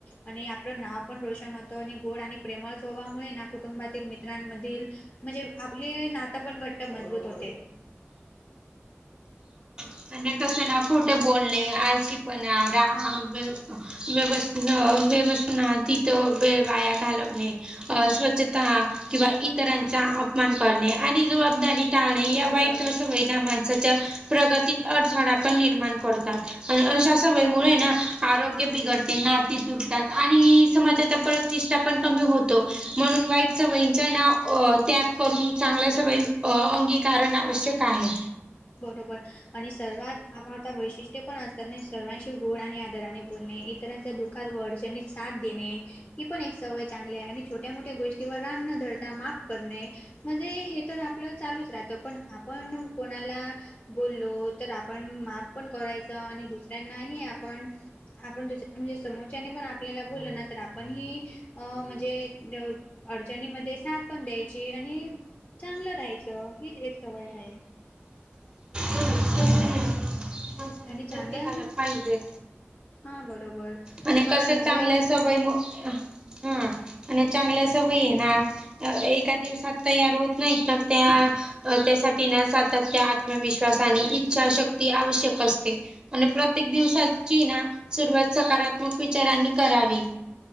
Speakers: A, on the left; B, on the right.
A: आणि आपलं नाव पण रोशन होतं आणि गोड आणि प्रेमळ स्वभावामुळे ना कुटुंबातील मित्रांमधील म्हणजे आपली नातं पण घट्ट मजबूत होते
B: हा आणि कसं ना खोठं बोलणे आळशीपणा, राग व्यवसान व्यवस्थना तिथं वे वाया घालवणे अ स्वच्छता किंवा इतरांचा अपमान करणे आणि जबाबदारी टाळणे या
A: हो
B: वाईट
A: बरोबर
B: सवयी ना माणसाच्या प्रगतीत अडथळा पण निर्माण करतात आणि अशा सवयीमुळे ना आरोग्य बिघडते नाती तुट आणि समाजचा प्रतिष्ठापण कमी होतो म्हणून वाईट सवयींचा नां त्या करून चांगल्या सवयी अंगीकारण आवश्यक आहे.
A: बरोबर आणि सर्वात आपण आता वैशिष्ट्य पण असतात ना सर्वांशी गोड आणि आदराने बोलणे इतरांच्या दुःख एखाद वडच्यांनी साथ देणे. ही पण एक सवय चांगली आहे आणि छोट्या मोठ्या गोष्टीवर राग न धरता माप करणे म्हणजे हे तर आपलं चालूच राहतं पण आपण पण बोललो तर आपण माफ पण करायच आणि दुसऱ्यांनाही आपण आपण दुस्या म्हणजे समोरच्याने पण आपल्याला बोललं ना तर आपण ही म्हणजे अडचणीमध्ये साथ पण द्यायची आणि चांगलं राहायचं ही एक सवय हाये
B: माणसाला
A: आणि
B: प्रत्येकाला
A: चांगल्या
B: पाहिजे
A: हा बरोबर
B: आणि
A: खरंच
B: कसं
A: म्हणजे
B: चांगल्या स वय हा आणि चांगल्या स वयी ये ना अ एका दिवसात तयार होत नाही तर त्या अ त्यासाठी ना सातत्य आत्मविश्वास आणि इच्छाशक्ती आवश्यक असते आणि प्रत्येक दिवसाची ना सुरुवात सकारात्मक विचारांनी करावी